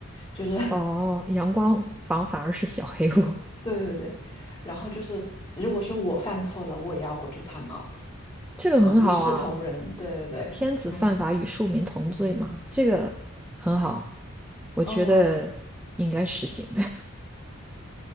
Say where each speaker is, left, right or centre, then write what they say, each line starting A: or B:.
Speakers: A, on the left; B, in the centre.
A: 就是。
B: 哦，阳光房反而是小黑屋，
A: 对对对，然后就是，如果是我犯错了，我也要过去 time out
B: 这个很好啊。
A: 啊，一视同仁。对对对，
B: 天子犯法与庶民同罪嘛，
A: 嗯
B: 这个很好，我觉得应该实行。
A: 嗯，
B: <laughs>